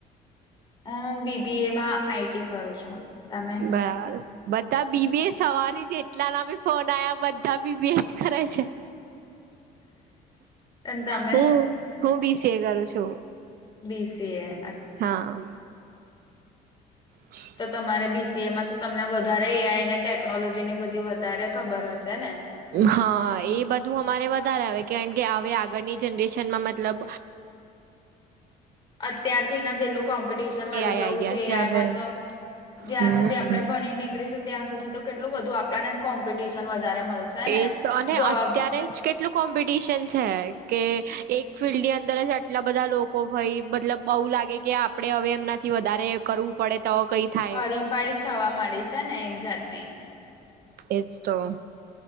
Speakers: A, on the left; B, on the right.
A: હું બીબી એ માં આઈટી કરું છું. તમે
B: બરાબર. બધા બીબી સવારે જેટલાના બી ફોન આવ્યા બધા બીબી જ કરરે છે.
A: એ તમે.
B: હું હું બીસીએ કરું છું.
A: બીસીીએ.
B: હા. હ.
A: તો તમારે બીસીએમાં તો તમને વધારે એઆઈ અનેને ટેકનોલોજી ની બધી વધારે ખબર હશે ને.
B: હા એ બધું અમારે વધારે આવે કારણકે હવે આગળની જનરેશનમાં મતલબ.
A: અત્યારથી ના જેટલું કોમ્પિટિશન વધી
B: એ આઈ
A: ગયું
B: આઈ ગયા
A: છે એ
B: હવે
A: આમાં તો જ્યાં
B: હમ
A: સુધી આપણે. ભણી નીકળીશું ત્યાં સુધી તો કેટલું બધ આપણાને કોમ્પિટિશન વધારે મળશે. ને
B: એ તો અને
A: જોબ
B: અત્યારે જ. કેટલું કોમ્પિટિશન છે કે એક ફિલ્ડ ની અંદર જ આટલા બધા લોકો લોકો ભાઈ મતલબ બું લાગે કે આપણેે હવે એમનાથી વધારે કરવું પડે તો કઈ. થાય
A: હરીફાઈ થવા માંડી છે ને એક જાતની.
B: એજ તો.